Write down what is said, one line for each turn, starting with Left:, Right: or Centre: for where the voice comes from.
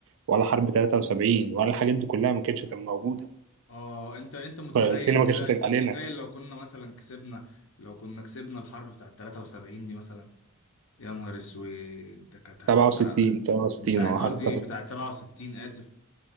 Right: ولا حرب تلاتة وسبعين ولا الحاجات دي كلها ما كانتش هتبقى موجودة
Left: اه انت انت متخيل
Right: فالسينما ما
Left: كده
Right: كانتش هتبقى
Left: انت متخيل
Right: علينا
Left: لو كنا مثلا كسبنا لو كنا كسبنا الحرب بتاعه 73 دي مثلا يا نهار اسود ده كانت هتبقى
Right: سبعة وستين سبعة وستين
Left: بتاعه
Right: اه حرب
Left: قصدي بتاعه 67 اسف